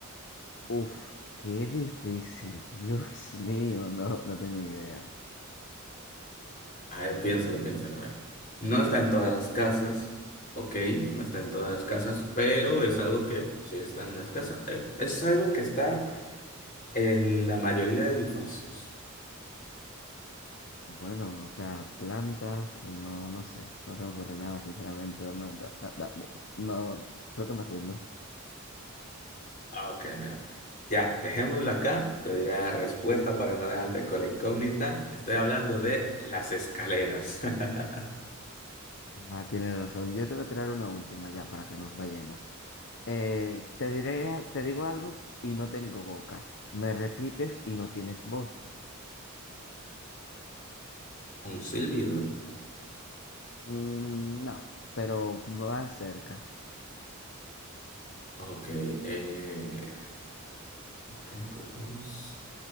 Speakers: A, on the left; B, on the left.
A: Uf, qué difícil. <laughs> Dios mío, no, no tengo ni idea.
B: A ver, piénsalo, piénsalo, a ver. No está en todas las casas, ok, no está en todas las casas, pero es algo que sí está en las casas. Eh, es algo que está en la mayoría de edificios.
A: Bueno, o sea, plantas, no, no sé, no se me ocurre nada, sinceramente. dame- da- da- da- da- no, creo que me rindo.
B: Ah, Ok, mira. Ya, dejémoslo acá. Te diré la respuesta para no dejarte con la incógnita. Estoy hablando de las escaleras. <laughs>
A: Ah, tienes razón. Yo te voy a tirar una última ya para que nos vayamos. Eh, te diré, al- te digo algo y no tengo boca. Me repites y no tienes voz.
B: Un silbido.
A: Mm, no, pero va cerca.
B: Ok. eh, no tengo voz.